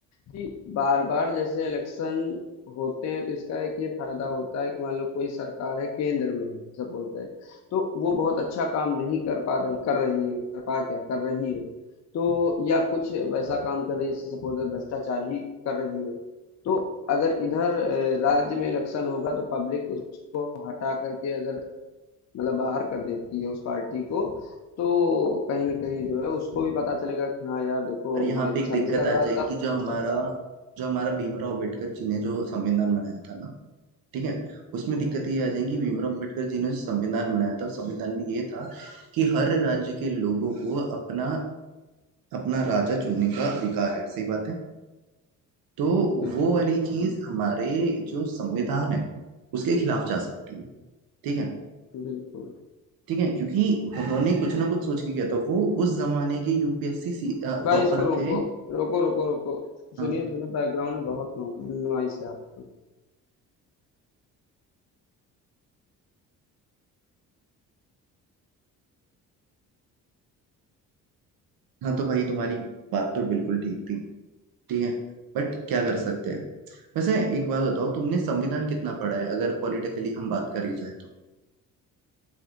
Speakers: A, on the left; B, on the right.
A: कि बार-बार जैसे इलेक्शन होते हैं तो इसका एक ये फायदा होता है कि मान लो कोई सरकार है केंद्र में है सपोज दैट तो वो बहुत अच्छा काम नहीं कर पा रही कर रही है कर पा क्या कर रही है तो या कुछ वैसा काम कर रही है जैसे सपोज दैट भ्रष्टाचार ही कर रही है तो अगर इधर अ, राज्य में इलेक्शन होगा तो पब्लिक उसको हटा करके अगर मतलब बाहर कर देती है उस पार्टी को तो कहीं ना कहीं जो है उसको भी पता चलेगा कि हाँ यार देखो
B: पर यहाँ
A: मैं अच्छा
B: पे एक दिक्कत
A: नहीं कर रहा
B: आ जाएगी
A: था
B: जो
A: भ्रष्टाचार
B: हमारा जो हमारा भीमराव अंबेडकर जी ने जो संविधान बनाया था ना ठीक है उसमें
A: हाँ,
B: दिक्कत ये आ जाएगी भीमराव अंबेडकर जी ने जो संविधान बनाया था उस संविधान में ये था कि हर राज्य के लोगों को अपना अपना राजा चुनने का अधिकार है सही बात है तो
A: बिल्कुल,
B: वो वाली चीज हमारे जो संविधान है उसके खिलाफ जा सकती है ठीक है
A: बिल्कुल।
B: ठीक है क्योंकि उन्होंने कुछ ना कुछ सोच के किया था वो उस जमाने के यूपीएससी टॉपर
A: भाई इसको रोको,
B: थे
A: रोको, रोको, रोको।
B: हाँ
A: सुनिए, सुनिए बैकग्राउंड में बहुत नो नॉइस है आपकी।
B: हाँ तो भाई तुम्हारी बात तो बिल्कुल ठीक थी ठीक है बट क्या कर सकते हैं वैसे एक बात बताओ तुमने संविधान कितना पढ़ा है अगर पॉलिटिकली हम बात करी जाए तो